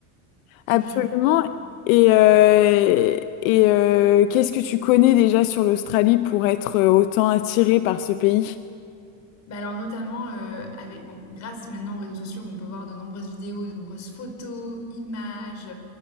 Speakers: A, on the left; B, on the left.
A: Et
B: absolument.
A: puis je trouve,
B: Et, euh, et euh, qu'est-ce que tu connais déjà sur l'Australie pour être autant attiré par ce pays?
A: bah alors notamment euh, avec, bon, grâce maintenant aux réseaux sociaux, on peut voir de nombreuses vidéos, de nombreuses photos, images.